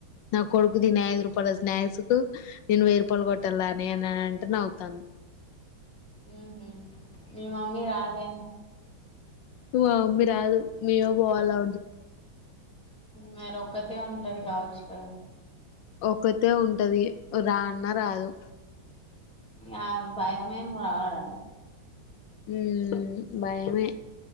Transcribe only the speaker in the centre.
ఉ ఉ మీ మమ్మీ రాదేమో
మరి ఒక్కతే ఉంటది కావచ్చు కదా
ఆ భయంమే మరాడాల